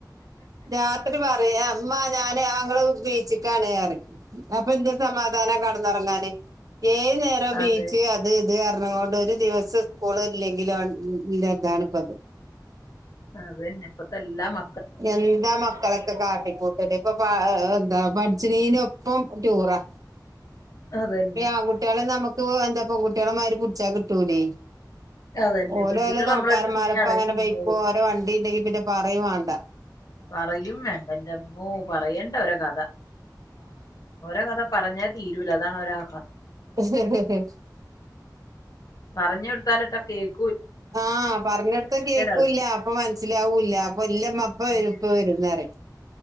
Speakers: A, on the right; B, on the left.
A: രാത്രി പറയാം. അമ്മ ഞാന് അങ്ങള് ബീച്ചക്കാണ് പറയും, അപ്പൊ എന്ത് സമാധാനം കടന്നുറങ്ങാന്. ഏത് നേരം
B: അതെ
A: ബീച്ച് അത് ഇത് <unintelligible> കൊണ്ട് ഒരു ദിവസം സ്കൂള് ഇല്ലെങ്കിലും <unintelligible> ഇതാണ്പ്പ അത്.
B: അത് തന്നെ ഇപ്പത്തെ എല്ലാ മ
A: എന്താ മക്കളൊക്കെ കാട്ടിക്കൂട്ടത് ഇപ്പൊ പാ അ എന്താ പഠിച്ചിനീന് ഒപ്പം ടൂറാ
B: അതന്നെ
A: പിന്നെ ആൺ കുട്ടികളെ നമു എന്തുവ എന്താ പെൺകുട്ടികളെടെ മാതിരി പിടിച്ചാ കിട്ടൂലെ.
B: അതന്നെ
A: ഓരോ
B: പെൺകുട്ടികൾ
A: ഓരോ തണക്കാരന്മാരപ്പോ
B: നമ്മളടുത്ത് പിന്നെ അടങ്ങി
A: അങ്ങനെ
B: നിന്നു
A: ബക്കോ ഓരോ വണ്ടി ഇണ്ടെങ്കി പിന്നെ പറയുവേണ്ട.
B: പറയും വേണ്ട എന്റമ്മോ പറയണ്ട ഓരോ കഥ, ഓരോ കഥ പറഞ്ഞ തീ പറ്റൂല്ല അതാണ് ഒരാ
A: <unintelligible>
B: പറഞ്ഞു കൊടുത്താലൊട്ട കേക്കു
A: ആ, പറഞ്ഞു കൊടുത്ത കേക്കൂല്ല,
B: അവർക്ക്
A: അപ്പം മനസ്സിലാവൂല്ല, അപ്പൊ എല്ലാം അപ്പം
B: ഉം.
A: വരും, ഇപ്പ വരും എന്നു പറയും.